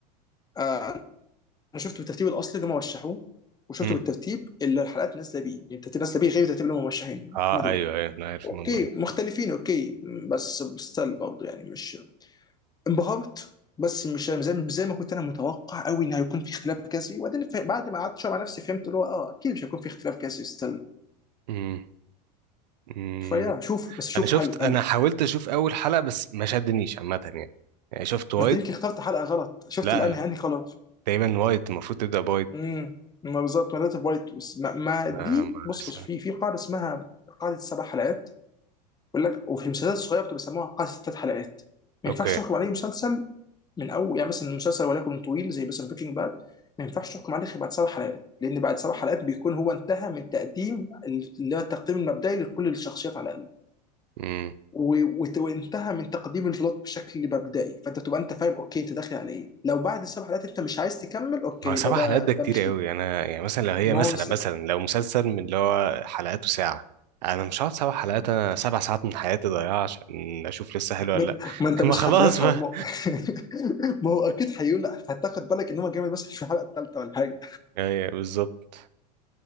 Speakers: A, on the left; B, on the right.
A: آه انا شفت بالترتيب الاصلي اللي هم رشحوه وشفته
B: مم.
A: بالترتيب اللي الحلقات نازله بيه يعني الترتيب نازله بيه غير الترتيب اللي هم مرشحينه
B: أه
A: هم دول
B: أيوه أيوه أنا عارف
A: اوكي
B: الموضوع ده
A: مختلفين اوكي م، بس ستيل برضه يعني مش انبهرت بس مش زي زي ما كنت انا متوقع قوي ان هيكون في اختلاف جذري وبعدين ف- بعد ما قعدت شويه مع نفسي فهمت اللي هو اه اكيد مش هيكون في اختلاف جذري ستيل
B: مم. مم.
A: فيا شوفوا بس شوفوا
B: أنا شفت
A: حلو حلو
B: أنا حاولت أشوف أول حلقة بس ما شدنيش عامة يعني يعني شفت وايد
A: ما انت يمكن اخترت حلقه غلط شفت
B: لا
A: الانهي انهي خلاص
B: تقريبا وايت المفروض تبدأ بايت
A: امم ما بالظبط ما ده وايت بس ما, ما
B: ما
A: دي
B: ما
A: بص
B: استنى.
A: بص في في قاعده اسمها قاعده سبع حلقات بيقول لك وفي المسلسلات الصغيره بتبقى بيسموها قاعده ست حلقات ما
B: اوكي
A: ينفعش تحكم عليه مسلسل من اول يعني مثلا مسلسل ولكن طويل زي مثلا بريكنج باد ما ينفعش تحكم عليه غير بعد سبع حلقات لان بعد سبع حلقات بيكون هو انتهى من تقديم اللي هو التقديم المبدئي لكل الشخصيات على الاقل
B: امم
A: و- وت- وانتهى من تقديم البلوت بشكل مبدئي فانت تبقى انت فاهم اوكي انت داخل على ايه لو بعد السبع حلقات انت مش عايز تكمل اوكي
B: ما هو
A: يبقى
B: سبع
A: ده
B: حلقات ده
A: ده
B: كتير
A: مش
B: قوي
A: ليك
B: انا يعني مثلا لو هي
A: ما
B: مثلا
A: هو س...
B: مثلا لو مسلسل من اللي هو حلقاته ساعة انا مش هقعد سبع حلقات انا سبع ساعات من حياتي ضايعة عشان اشوف لسه حلو ولا
A: ما... ما انت
B: لا
A: مش
B: <laughs> ما خلاص
A: هتضيعها
B: بقى
A: ما هو <laughs> ما هو اكيد هيقول هتاخد بالك ان هو جامد مثلا في الحلقه الثالثه ولا حاجه
B: ايوه بالظبط